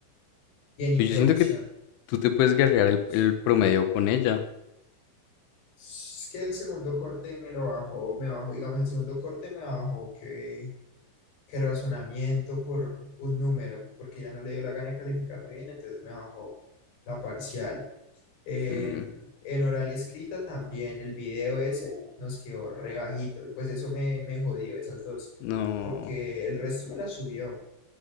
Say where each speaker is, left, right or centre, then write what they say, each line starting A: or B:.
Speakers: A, on the left; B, on the left.
A: Y en introducción.
B: Y yo siento que tú te puedes guerrear
A: En introducción.
B: el, el promedio con ella.
A: Es que el segundo corte me lo bajó, me bajó, digamos, el segundo corte me bajó que que razonamiento por un número, porque ya no le dio la gana de calificarme bien, entonces me bajó la parcial. En,
B: Mm,
A: en oral y escrita también el video ese nos quedó re bajito y pues eso me, me jodió esas dos,
B: No,
A: porque el resto me la subió